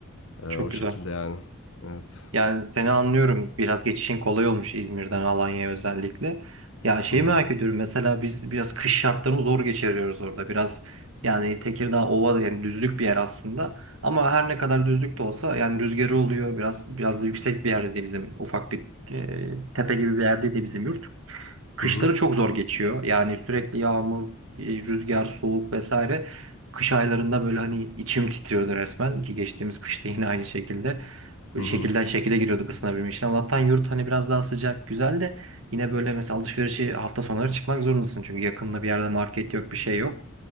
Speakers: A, on the left; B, on the right.
A: Ee, o
B: Çok güzel.
A: şekilde yani. Evet.
B: Yani seni anlıyorum. Biraz geçişin kolay olmuş İzmir'den Alanya'ya özellikle. Ya şeyi
A: Hı hı.
B: merak ediyorum. Mesela biz biraz kış şartlarını zor geçiriyoruz orada. Biraz yani Tekirdağ ova da yani düzlük bir yer aslında. Ama her ne kadar düzlük de olsa yani rüzgarı oluyor. Biraz biraz da yüksek bir yerde de bizim ufak bir e, tepe gibi bir yerde de bizim yurt. Kışları
A: Hı hı.
B: çok zor geçiyor. Yani sürekli yağmur, e, rüzgar, soğuk vesaire. Kış aylarında böyle hani içim titriyordu resmen ki geçtiğimiz kışta <laughs> yine aynı şekilde. Böyle
A: Hı hı.
B: şekilden şekile giriyorduk ısınabilmek için. Allah'tan yurt hani biraz daha sıcak, güzel de yine böyle mesela alışverişi hafta sonları çıkmak zorundasın. Çünkü yakında bir yerde market yok, bir şey yok.